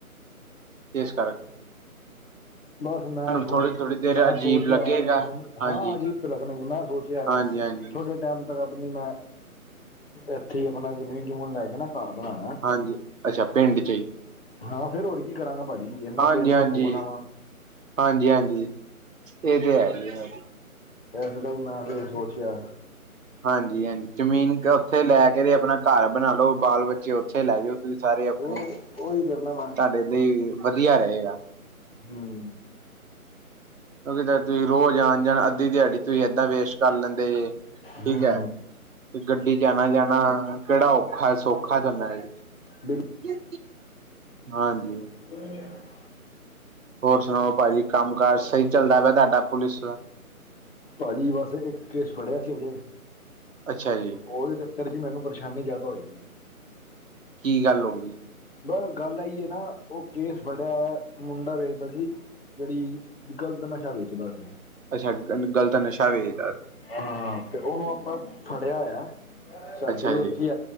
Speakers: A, on the right (about 60°); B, on the left (about 40°).
A: ਏਸ ਕਾਰਕ
B: ਬੱਸ ਮੈਂ ਸੋਚ,
A: ਥੋੜ੍ਹੀ ਥੋੜ੍ਹੀ ਦੇਰ
B: ਮੈਂ
A: ਅਜੀਬ
B: ਸੋਚ
A: ਲੱਗੇਗਾ
B: ਆਇਆ,
A: ਹਾਂਜੀ
B: ਹਾਂ ਅਜੀਬ ਲੱਗਣਾ, ਮੈਂ ਸੋਚ ਆਇਆ।
A: ਹਾਂਜੀ ਹਾਂਜੀ।
B: ਥੋੜੇ ਟਾਇਮ ਤੱਕ ਆਪਣੀ ਮੈਂ। ਇੱਥੇ ਆਪਣਾ ਜ਼ਮੀਨ‌ ਜਮੂਨ ਲੈ ਕੇ ਨਾ ਘਰ ਬਣਾਣਾ।
A: ਹਾਂਜੀ, ਅੱਛਾ ਪਿੰਡ ਚ ਹੀ।
B: ਹਾਂ ਫੇਰ ਹੋਰ ਕੀ ਕਰਾਂਗਾ ਭਾਜੀ ਇੰਨਾ
A: ਹਾਂਜੀ
B: ਤੇਲ
A: ਹਾਂਜੀ
B: ਫੁਖੋਣਾ ਵਾਂ।
A: ਹਾਂਜੀ ਹਾਂਜੀ। ਇਹ ਤੇ ਹਾਈ ਐ।
B: ਇਸ ਲਈ ਮੈਂ ਫਿਰ ਸੋਚਿਆ।
A: ਹਾਂਜੀ ਹਾਂਜੀ। ਜ਼ਮੀਨ ਉੱਥੇ ਲੈ ਕੇ ਤੇ ਆਪਣਾ ਘਰ ਬਣਾ ਲਓ ਬਾਲ ਬੱਚੇ ਉੱਥੇ ਲੈ ਜੋ। ਤੁਸੀ ਸਾਰੇ ਆਪਣੇ
B: ਉਹ ਉਹੀ ਕਰਨਾ ਮੈਂ
A: ਤੁਹਾਡੇ ਲਈ ਵਧੀਆ ਰਹੇਗਾ।
B: ਹਮ।
A: ਕਿਉਕਿ ਤੁਸੀ ਰੋਜ਼ ਆਣ-ਜਾਣ ਅੱਧੀ ਦਿਹਾੜੀ ਤੁਸੀ ਏਦਾਂ ਵੇਸਟ ਕਰ ਲੈਦੇ ਜੇ ਠੀਕ
B: ਹੂੰ
A: ਏ। ਗੱਡੀ ਚ ਜਾਣਾ ਜਾਣਾ। ਕਿਹੜਾ ਔਖਾ ਸੌਖਾ ਜਾਨੇ ਏ।
B: ਬਿਲ
A: ਹਾਂਜੀ
B: <inaudible>
A: ਹੋਰ ਸੁਣਾਓ ਭਾਜੀ ਕੰਮ ਕਾਜ ਸਹੀ। ਚੱਲਦਾ ਪਿਆ ਤੁਹਾਡਾ ਪੁਲਿਸ ਦਾ
B: ਭਾਜੀ ਬਸ ਇੱਕ ਕੇਸ ਫੜਿਆ ਸੀ ਹਜੇ।
A: ਅੱਛਾ ਜੀ।
B: ਉਹਦੇ ਚੱਕਰ ਚ ਮੈਨੂੰ ਪਰੇਸ਼ਾਨੀ ਜ਼ਿਆਦਾ ਹੋਏ ਦੀ ਏ।
A: ਕੀ ਗੱਲ ਹੋ ਗਈ?
B: ਬਹ ਗੱਲ ਆਈ ਏ ਨਾ, ਉਹ ਕੇਸ ਫੜਿਆ ਏ ਮੁੰਡਾ ਵੇਚਦਾ ਸੀ ਜਿਹੜੀ ਗਲਤ ਨਸ਼ਾ ਵੇਚਦਾ ਸੀ।
A: ਅੱਛਾ। ਗ ਗਲਤ ਨਸ਼ਾ ਵੇਚਦਾ।
B: ਹਾਂ ਤੇ ਉਹਨੂੰ ਆਪਾਂ ਫੜਿਆ ਹੋਇਆ ਸਾਡੀ
A: ਅੱਛਾ
B: ਔਰ
A: ਜੀ
B: ਚ